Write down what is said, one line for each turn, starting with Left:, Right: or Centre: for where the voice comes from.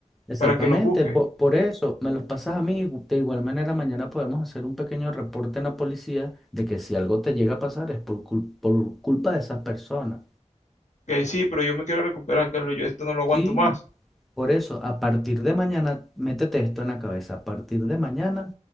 Centre: Exactamente,
Left: para que los busques.
Centre: po- por, eso me los pasas a mí. De igual manera, mañana podemos hacer un pequeño reporte en la policía de que si algo te llega a pasar es por, cul- por culpa de esas personas.
Left: Que sí, pero yo me quiero recuperar, Carlos, yo esto no lo aguanto
Centre: Sí,
Left: más.
Centre: Por eso, a partir de mañana, métete esto en la cabeza. A partir de mañana,